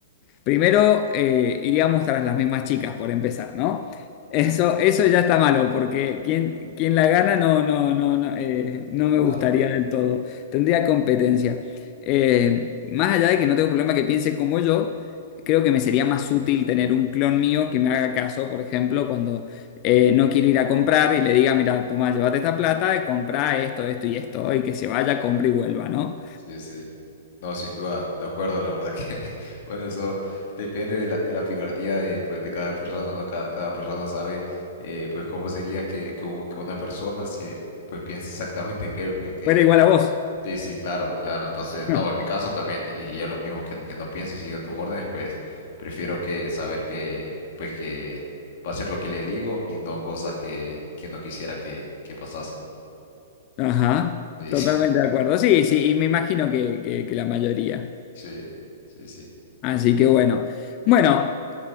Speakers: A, on the left; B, on the left.
A: Primero eh, iríamos tras las mismas chicas, por empezar, ¿no? Eso,
B: Sí,
A: eso ya está malo, porque quien, quien la gana no, no, no, no, eh, no me
B: claro.
A: gustaría del todo. Tendría competencia. Eh, más allá de que no tengo problema que piense como yo, creo que me sería más útil tener un clon mío que me haga caso, por ejemplo, cuando eh, no quiere ir a comprar y le diga, mira, toma, llévate esta plata, y compra esto, esto y esto, y que se vaya,
B: Sí,
A: compre y vuelva, ¿no?
B: sí. sí. No, sin duda, de acuerdo, la verdad que, <laughs> bueno, eso depende de la, de la picardía de, pues, de cada persona, ¿no? Cada, cada persona sabe, eh, pues, cómo sería que, que, un- que una persona, se, pues, piense exactamente que él, pues, que,
A: Fuera igual a vos.
B: Sí, sí, claro, claro. Entonces,
A: <laughs>
B: no, en mi caso también elegiría lo mismo que, que no piense y sigo tus órdenes, pues prefiero que saber que, pues que va a ser lo que le digo y no cosas que, que no quisiera que, que pasasen.
A: Ajá,
B: Sí,
A: totalmente
B: <laughs> sí,
A: de acuerdo. Sí, sí, y me imagino que, que- que la mayoría.
B: sí, sí. sí.
A: Así que bueno. Bueno,